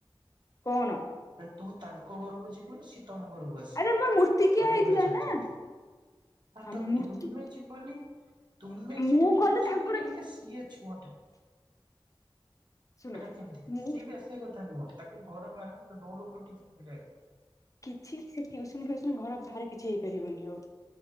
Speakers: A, on the left; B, on the right.
A: କଣ?
B: ତୁ ତାଙ୍କ ଘରକୁ ଜିବୁ ନା ସେ ତମ ଘରକୁ? ଆସିବେ
A: ଆରେ ଆମର ମୂର୍ତ୍ତି କିିଆ
B: ତମ
A: ହେଇଥିଲା
B: ଘରେ ଚାଲିଛନ୍ତି
A: ନା।
B: ହଁ
A: ଆ
B: ତ
A: ମୂର୍ତ୍ତି
B: ତୁମେ ଯିବନି? ତୁମେ ଯିବୁ
A: ମୁଁ
B: ତୁ
A: ଗଲେ
B: ଯିବୁନି
A: ତାଙ୍କର
B: ସିଏ ଛୁଆଟା
A: ଶୁଣ
B: ଏଇଟା କେମିତି କଥା
A: ମୁଁ
B: ସିଏ ବି ଆସିବା କଥା ନୁହଁ ତାକୁ ଘର ବାହାରେ ରୋଡ୍ ଉପରେ ଟିଉସନ କରିବା କଥା।
A: କିଛି ସେ ଟିଉସନ ଫିଉସନ ଘର ବାହାରେ କିଛି ହେଇପାରିବନି ଆଉ।